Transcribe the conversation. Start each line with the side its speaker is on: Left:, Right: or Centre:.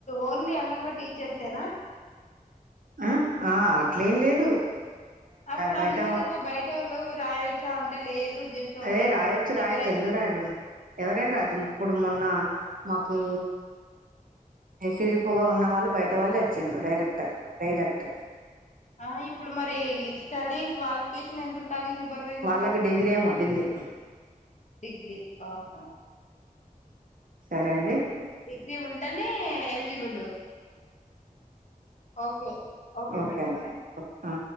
Left: ఓన్లీ అంగన్వా టీచర్స్ ఏనా
Right: ఆ ఆ అట్లేం లేదు
Left: అప్పుడు
Right: బయట
Left: అందరు కదా బయట వాళ్ళు రాయొచ్చా అంటే లేదు జస్ట్ ఓన్లీ
Right: అయ రాయొచ్చు రాయొచ్చు
Left: ఎవరై
Right: ఎందుకు రాయకూడదు ఎవరైనా రావొచ్చు ఇప్పుడు మొన్న మాకు ఎసిడి పోగా ఉన్న వాళ్ళు బయట వాళ్ళు వచ్చిండ్రు డైరెక్టర్ డైరెక్ట్
Left: ఆ ఇప్పుడు మరి స్టడీ క్వాలిఫికేషన్ ఎంత ఉండాలి సూపర్వైజర్
Right: వాళ్ళకు
Left: కి
Right: డిగ్రీ ఏమో డిగ్రీ
Left: డిగ్రీ ఆహా
Right: సరే అండి
Left: డిగ్రీ ఉంటేనే ఎల్జిజి వెలు ఓకే
Right: ఓకే
Left: మేడం
Right: అం
Left: మరి
Right: ఓ ఆ